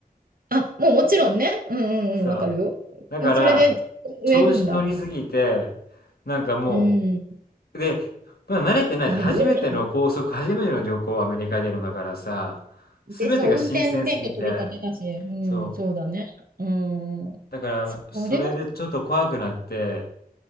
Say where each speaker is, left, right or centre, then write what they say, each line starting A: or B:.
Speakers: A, on the right; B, on the left.
A: あ、もうもちろんね。うんうんうん、
B: そう。
A: わかるよ。
B: だから、
A: それで植えるんだ。
B: 調子乗りすぎて、なんかも
A: うん。危
B: う、で、まだ慣れてないじゃん。
A: な
B: 初めての高速、
A: いよ。
B: 初めての旅行、アメリカでのだからさ、すべてが新鮮すぎて、
A: で、そう、運転免許取り立てだし。うん、
B: そう。
A: そうだね。うん。
B: だから、
A: それは
B: それでちょっと怖くなって、